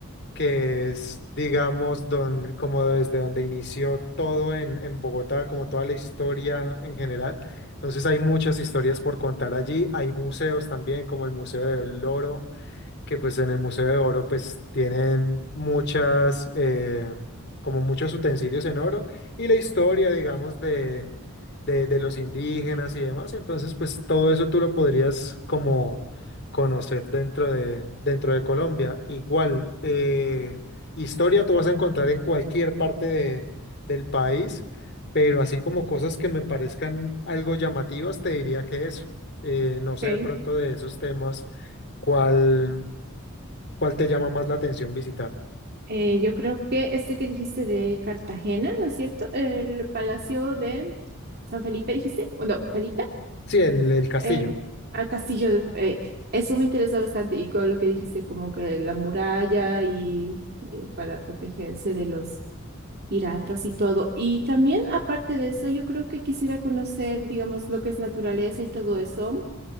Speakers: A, on the left; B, on the right.
A: que es, digamos, don, como desde donde inició todo en, en Bogotá, como toda la historia en general. Entonces hay muchas historias por contar allí. Hay museos también, como el Museo del Oro que pues en el Museo de Oro pues tienen muchas, eh, como muchos utensilios en oro y la historia, digamos, de, de, de los indígenas y demás. Entonces, pues todo eso tú lo podrías como conocer dentro de, dentro de Colombia. Igual, eh, historia tú vas a encontrar en cualquier parte de, del país, pero así como cosas que me parezcan algo llamativas, te diría que eso. Eh, no
B: Ok.
A: sé de pronto de esos temas. ¿Cuál? ¿Cuál te llama más la atención visitar?
B: Eh, yo creo que este que dijiste de Cartagena, ¿no es cierto? El Palacio de San Felipe, dijiste. O no, Felipe,
A: Sí, el, el castillo.
B: eh, a Castillo de- eh, eso me interesa bastante. Y con lo que dijiste, como que la muralla y eh, para protegerse de los piratas y todo. Y también, aparte de eso, yo creo que quisiera conocer, digamos, lo que es naturaleza y todo eso.